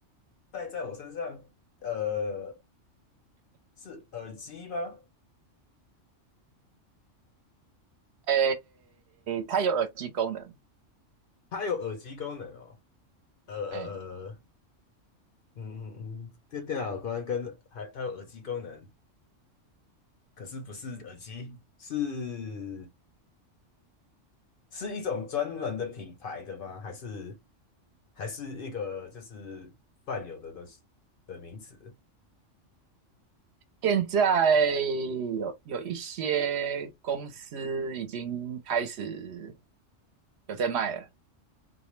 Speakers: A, on the left; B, on the right.
A: 戴在我身上，呃，是耳机吗？
B: 哎，它有耳机功能，
A: 它有耳机功能哦，呃呃呃
B: 哎，
A: 嗯嗯嗯，这电脑光跟还它有耳机功能，可是不是耳机，是是一种专门的品牌的吗？还是还是一个就是泛有的东西的名词？
B: 现在有有一些公司已经开始有在卖了，